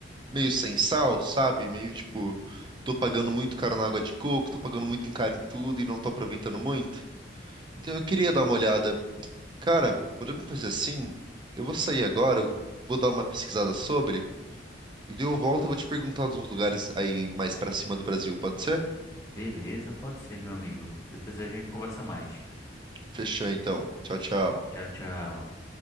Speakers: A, on the right (about 25°); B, on the left (about 15°).
A: meio sem sal, sabe? Meio tipo, tô pagando muito caro na água de coco, tô pagando muito em caro em tudo e não tô aproveitando muito. Então eu queria dar uma olhada. Cara, podemos fazer assim? Eu vou sair agora, eu vou dar uma pesquisada sobre, e daí eu volto e vou te perguntar de uns lugares aí mais pra cima do Brasil, pode ser?
B: Beleza, pode ser, meu amigo. Depois a gente conversa mais.
A: Fechou então. Tchau, tchau.
B: Tchau, tchau.